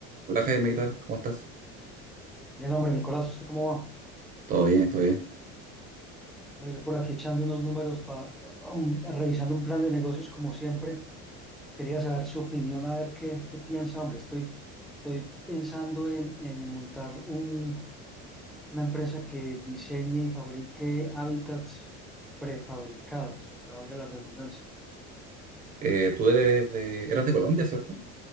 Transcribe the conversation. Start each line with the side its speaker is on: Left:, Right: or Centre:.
Right: Hola Jaime, ¿qué tal? ¿Cómo estás?
Centre: Bien, hombre, Nicolás, ¿usted cómo va?
Right: Todo bien, todo bien.
Centre: Hombre, yo por aquí echando unos números para, um, revisando un plan de negocios como siempre. Quería saber su opinión, a ver qué, qué piensa, hombre. Estoy, estoy pensando en, en montar un- una empresa que diseñe y fabrique hábitats prefabricados, o sea, valga la redundancia.
Right: Eh, tú eres de, eras de Colombia, ¿cierto?